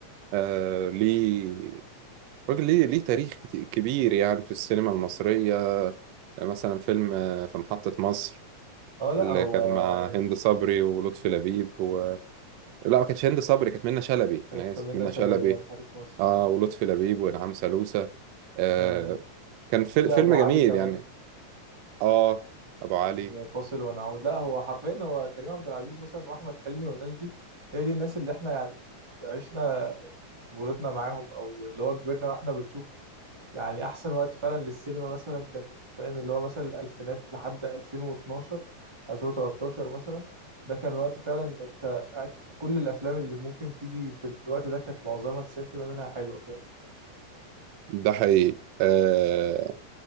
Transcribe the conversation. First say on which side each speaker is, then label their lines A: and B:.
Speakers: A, on the right; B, on the right.
A: آه ليه راجل ليه ليه تاريخ كت- كبير يعني في السينما المصريه آه، مثلا فيلم آه، في محطه مصر
B: اه لا
A: اللي
B: هو
A: كان مع
B: يعني
A: هند صبري ولطفي لبيب و... لا ما كانتش هند صبري كانت منى شلبي
B: كانت
A: انا اسف
B: منة
A: منى
B: شلبي
A: شلبي
B: محطة مصر
A: اه ولطفي لبيب وانعام سالوسة آه
B: آه
A: كان فيل-
B: في
A: فيلم
B: ابو علي
A: جميل
B: كمان
A: يعني اه ابو علي
B: وفاصل ونعود لا هو حرفيا هو كريم عبد العزيز مثلا واحمد حلمي والناس دي هي دي الناس اللي احنا يعني عشنا طفولتنا معاهم او اللي هو كبرنا واحنا بنشوف يعني احسن وقت فعلا للسينما مثلا كان فاهم اللي هو مثلا الالفينات لحد 2012 2013 مثلا ده كان وقت فعلا انت قاعد كل الافلام اللي ممكن تيجي في الوقت ده كانت معظمها 90% منها حلوه فاهم
A: ده حقيقي آه،